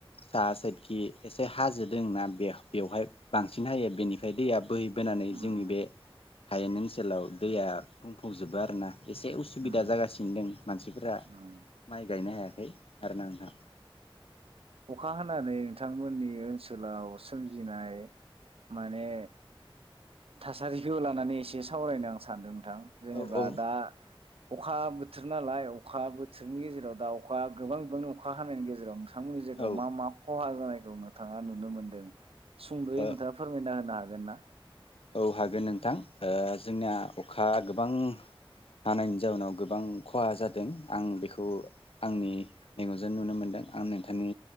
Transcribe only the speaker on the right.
उम
उम
उम
उम
अखा हानानै नोंथांमोननि ओनसोलाव सोमजिनाय माने थासारिखौ लानानै एसे सावरायनो आं सानदों। थां जेनेबा
दा अखा बोथोर नालाय अखा बोथोरनि गेजेराव दाउखा गोबां गोबांनि अखा हानायनि गेज <unintelligible> थांमोनि जायगायाव
मा मा खहा जानाय? औ नोंथाङा नुनो मोन्दों। सुंद'यै
नोंथाङा फोरमायना होनो हाग गोना